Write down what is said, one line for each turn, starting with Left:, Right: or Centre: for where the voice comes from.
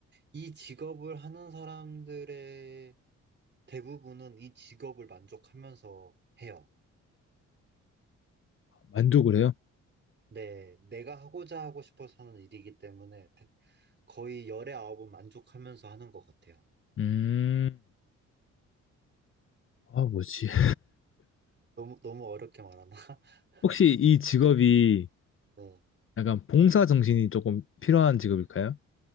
Right: 이 직업을 하는 사람들의 대부분은 이 직업을 만족하면서 해요.
Left: 만족을 해요?
Right: 네. 내가 하고자 하고 싶어서 하는 일이기 때문에 대- 거의 열의 아홉은 만족하면서 하는 것 같아요.
Left: 음, 아, 뭐지? <laughs>
Right: 너무, 너무 어렵게 말하나? <laughs>
Left: 혹시 이 직업이
Right: 네.
Left: 약간 봉사 정신이 조금 필요한 직업일까요?